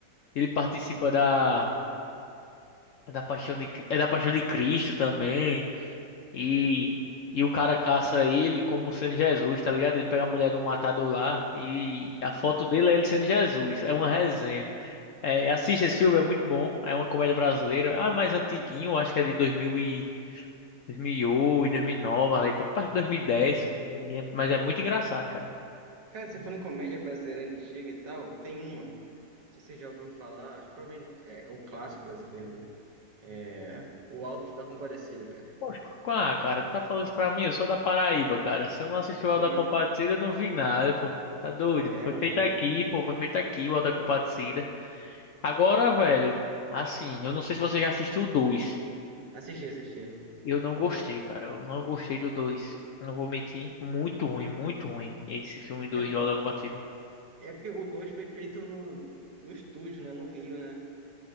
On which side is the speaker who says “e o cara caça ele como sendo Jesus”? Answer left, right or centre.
Left